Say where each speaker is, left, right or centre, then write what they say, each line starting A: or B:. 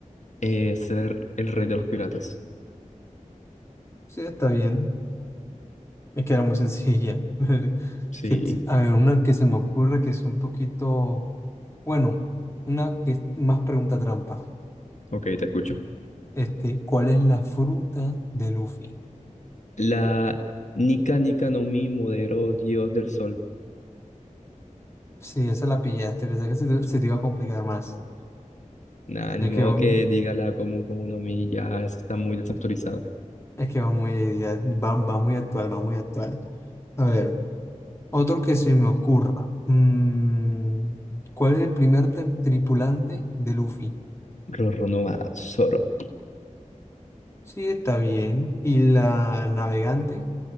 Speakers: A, on the left (about 65°); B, on the left (about 20°).
A: Eh, ser el rey de los piratas.
B: Sí, está bien. Es que era muy sencilla. <laughs>
A: Sí.
B: Que t- A ver, una que se me ocurre que es un poquito, bueno, una que es más pregunta trampa.
A: Ok, te escucho.
B: Este, ¿cuál es la fruta de Luffy?
A: La Nika Nika no Mi Modero Dios del Sol.
B: Sí, esa la pillaste, pensé que se te, se te iba a complicar más.
A: Nah,
B: Es
A: ni modo
B: que va,
A: que diga la común común no Mi. Ya, eso está muy desactualizado.
B: es que va muy, ya- va, va muy actual, va muy actual. A ver, otro que se me ocurra. Mm, ¿cuál es el primer tem- tripulante de Luffy?
A: Roronoa Zoro.
B: Sí, está bien. Y la navegante